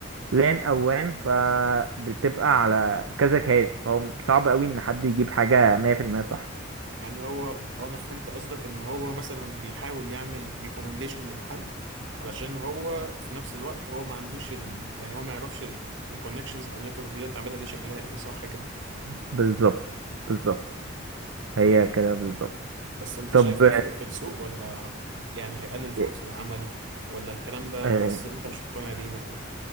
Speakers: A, on the right; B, on the right.
A: لان او وان فبتبقى على كذا جهاز فهو صعب قوي ان حد يجيب حاجه 100% صح
B: يعني هو آه، انا فهمت قصدك ان هو مثلا بيحاول يعمل ريكومنديشن للحل علشان هو في نفس الوقت هو ما عندوش ال... يعني هو ما يعرفش الكونكشنز او النتورك اللي انت عاملها دي شكلها ايه صح كده
A: بالظبط بالظبط هي كده بالظبط
B: بس انت
A: طب
B: شايف هيفرق في السوق ولا يعني هيقلل فرص
A: آه،
B: العمل ولا الكلام ده
A: آه،
B: حاسس ان انت مش مقتنع بيه مثلا